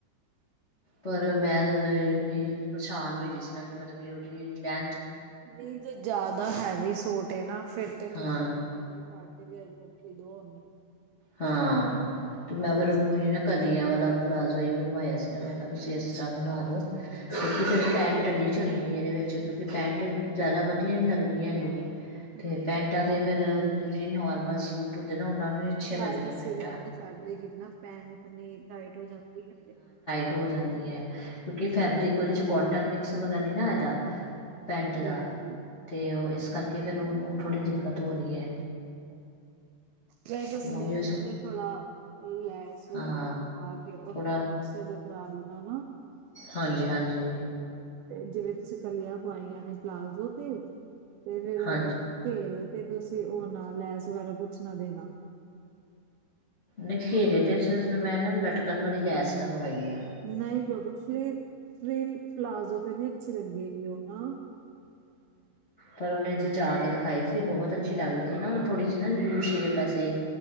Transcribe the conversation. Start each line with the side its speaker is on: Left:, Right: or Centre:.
Left: ਪਰ ਮੈਂ ਇਹ ਪਰੇਸ਼ਾਨ ਹੋਈ ਜਿਸ ਨਾਲ ਕਿ ਮਤਲਬ ਕਿ ਉਹਦੀ ਜਿਹੜੀ ਲੈਂ
Right: ਨਈਂ ਜੇ ਜ਼ਿਆਦਾ ਹੈਵੀ ਸੂਟ ਏ ਨਾਂ ਫਿਰ
Left: ਹਾਂ
Right: ਤੁਸੀਂ <inaudible> ਕਿ ਦੋਨ
Left: ਹਾਂ ਤੇ ਮੈਂ ਫੇਰ
Right: ਉਹੀ
Left: ਉਹਨੂੰ
Right: ਸਹੀ ਲੱਗਦਾ
Left: ਨਾ ਕਲੀਆਂ ਵਾਲਾ ਪਲਾਜ਼ੋ ਹੀ ਬਣਵਾਇਆ ਸੀ ਮੈਂ ਕਿਹਾ ਕੁਛੀ ਨਾਲ ਬਣਾ
Right: ਹਾਂ
Left: ਦੋ ਕਿਸੇ ਪੈਂਟ ਨ੍ਹੀਂ ਚੱਲਣੀ ਇਹਦੇ ਵਿੱਚ ਕਿਉਂਕਿ ਪੈਂਟ ਜ਼ਿਆਦਾ ਵਧੀਆ ਨਈਂ ਲੱਗਣੀ ਹੈਗੀ ਤੇ
Right: ਨਹੀਂ
Left: ਪੈਂਟਾਂ
Right: ਨਹੀਂ,
Left: ਤੇ ਫੇਰ ਜਿਹੜੇ ਨੋਰਮਲ ਸੂਟ ਹੁੰਦੇ ਨਾਂ ਉਹਨਾਂ ਨੂੰ ਹੀ ਅੱਛੀਆਂ
Right: ਨਾਲੇ
Left: ਲੱਗਦੀਆਂ ਪੈਂਟਾਂ
Right: ਸਿਲਕ ਦੇ ਫੈਬਰਿਕ ਪੈਂਟ ਨਈਂ ਟਾਈਟ ਹੋ ਜਾਂਦੀ ਐ
Left: ਟੋ ਹੋ ਜਾਂਦੀ ਐ ਕਿਉਂਕਿ ਫੈਬਰਿਕ ਉਹਦੇ ਚ ਕੋਟਨ ਮਿਕਸ ਵਾਲਾ ਨੀਂ ਨਾਂ ਇਹਦਾ ਪੈਂਟ ਦਾ
Right: ਜੀ ਜੀ
Left: ਤੇ ਉਹ ਇਸ ਕਰਕੇ ਫੇਰ ਉਹਨੂੰ ਥੋੜ੍ਹੀ ਦਿੱਕਤ ਹੋ ਰਹੀ ਐ
Right: ਵੈਸੇ ਸਲੀਵਸ
Left: ਉਹੀ ਸੋ
Right: ਤੇ ਥੋੜਾ ਲੈਸ ਵਗੈਰਾ
Left: ਹਾਂ
Right: ਲਗਵਾ ਕੇ <inaudible> ਬਹੁਤ
Left: ਥੋੜ੍ਹਾ
Right: <unintelligible> ਕਲ ਦਾ ਨਾਂ
Left: ਹਾਂਜੀ ਹਾਂਜੀ
Right: ਤੇ ਜਿਵੇਂ ਤੁਸੀਂ ਕਲੀਆਂ ਪਵਾਈਆਂ ਨੇਂ ਪਲਾਜ਼ੋ ਤੇ ਤੇ ਫੇਰ ਉਹਦੇ
Left: ਹਾਂਜੀ
Right: ਘੇਰੇ ਤੇ ਤੁਸੀਂ ਔ ਨਾਂ ਲੈਸ ਵਗੈਰਾ ਪੁੱਛਣਾ ਦੇਣਾ
Left: ਨਈਂ ਘੇਰੇ ਤੇ ਮੈਂ ਨਾਂ ਲਟਕਣ ਵਾਲੀ ਲੈਸ ਲਗਵਾਈ ਐ।
Right: ਨਈਂ ਕਿਉਂਕਿ ਫਲੇ ਫਲੇ ਪਲਾਜ਼ੋ ਤਾਂ ਨਈਂ ਅੱਛੀ ਲੱਗੇਗੀ ਉਹ ਨਾ
Left: ਪਰ ਉਹਨੇ ਜਿਚਾ ਕੇ ਦਿਖਾਈ ਸੀ ਬਹੁਤ ਅੱਛੀ ਲੱਗਦੀ ਸੀ ਨਾ ਥੋੜ੍ਹੀ ਜਿਹੀ ਨਾ ਯੂ ਸ਼ੇਪ ਐਸੇ